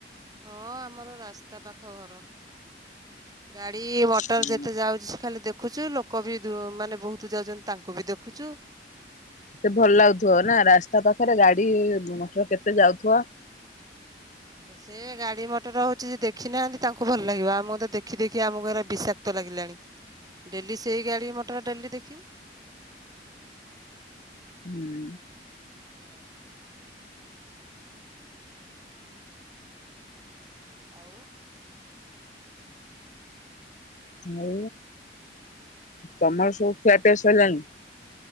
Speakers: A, on the right; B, on the left.
A: ହଁ ଆମର ରାସ୍ତା ପାଖ ଘର ଗା ଗାଡି ମଟର
B: ହୁଁ
A: ଯେତେ ଯାଉଛି ଖାଲି ଦେ ଦେଖୁଛୁ ଲୋକ ଦୁ ବି ମାନେ ବହୁତ ଯାଉଛନ୍ତି ତାଙ୍କୁ ବି ଦେଖ ଖୁଚୁ
B: ସେ ଭଲ ଲାଗୁଥିବ ନା ରାସ୍ତା ପାଖରେ ଗାଡି ମଟର କେତେ ଯାଉଥିବ।
A: ସେ ଗାଡି ମଟର ହଉଚି ଯେ ଦେଖିନାହାନ୍ତି ତାଙ୍କୁ ଭଲ ଲାଗିବ ଆମ ତ ଦେଖି ଦେଖି ଆମକୁ ଏରାକ ବିଷାକ୍ତ ଲାଗିଲାଣି। ଡେଲି ସେଇ ଗାଡି ମଟର ଡେଲି ଦେଖିବୁ।
B: ହୁଁ
A: ହୁଁ। ଆଉ।
B: ଆଉ ତମର ସବୁ ଖିଆ ପିଆ ସରିଲାଣି?